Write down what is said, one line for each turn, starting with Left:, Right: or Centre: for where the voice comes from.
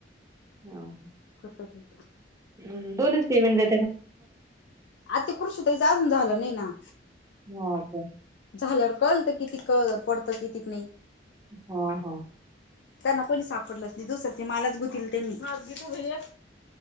Right: हं
Left: खुरपायचं इथ
Right: हंहं दोनच पेमेंट दे
Left: आता कृषी ताईच अजून झालं नाही ना.
Right: हा का
Left: झाल्यावर कळल तर किती पडतं कित्तेक नाही
Right: हा हा
Left: त्यांना कोणी सापडलंच नाही दुसरं त्यानी मलाच गुतीवल त्यांनी <inaudible> आहे